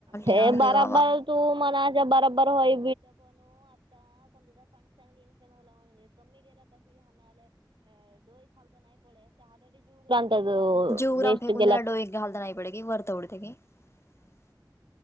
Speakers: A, on the right (about 90°); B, on the left (about 35°).
A: हे
B: ना
A: बरा
B: देवावा
A: बरं तू मना च होई <unintelligible>
B: <unintelligible>
A: वेस्ट गेला